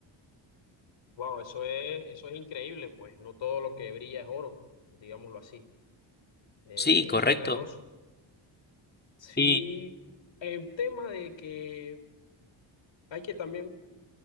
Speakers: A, on the left (about 60°); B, on the left (about 20°).
A: Wow, eso es, eso es increíble, pues. No todo lo que brilla es oro, digámoslo así. Eh,
B: Sí, correcto.
A: es peligroso. Sí,
B: Y
A: el tema de que hay que también